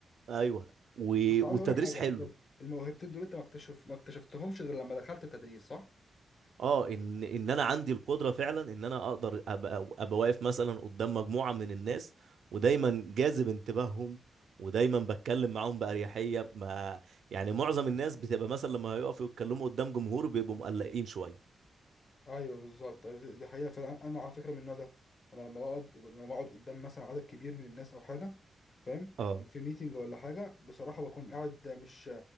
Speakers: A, on the right; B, on the left.
A: ايوه و...
B: بس عايز
A: والتدريس
B: اقول لك حاجة
A: حلو
B: انت الموهبتين دول انت ما اكتشف ما اكتشفتهمش غير لما دخلت التدريس صح
A: اه ان ان انا عندي القدره فعلا ان انا اقدر ابقى ابقى واقف مثلا قدام مجموعه من الناس ودايما جاذب انتباههم ودايما بتكلم معاهم باريحيه ما يعني معظم الناس بتبقى مثلا لما هيقفوا يتكلموا قدام جمهور بيبقوا مقلقين شويه
B: ايوه بالظبط أيوة، دي حقيقه فعلا انا على فكره من النوع ده انا لما بقعد لما بقعد قدام مثلا عدد كبير من الناس او حاجه فاهم
A: اه
B: في ميتنج ولا حاجه بصراحه بكون قاعد مش